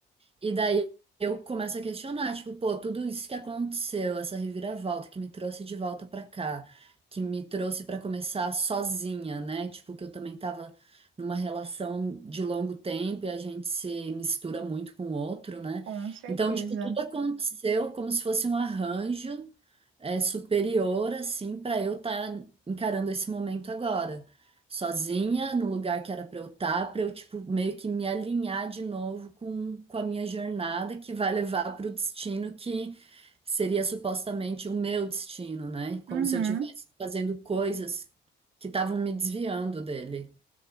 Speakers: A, on the right; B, on the right.
A: E daí eu começo a questionar, tipo, pô, tudo isso que aconteceu, essa reviravolta que me trouxe de volta pra cá, que me trouxe pra começar sozinha, né? Tipo, que eu também tava numa relação de longo tempo e a gente se mistura muito com o outro, né?
B: com certeza.
A: Então, tipo, tudo aconteceu como se fosse um arranjo é, superior, assim, pra eu estar encarando esse momento agora sozinha no lugar que era pra eu estar, pra eu tipo meio que me alinhar de novo com, com a minha jornada que vai levar pro destino que seria supostamente o meu destino, né? Como
B: Uhum.
A: se eu estivesse fazendo coisas que estavam me desviando dele.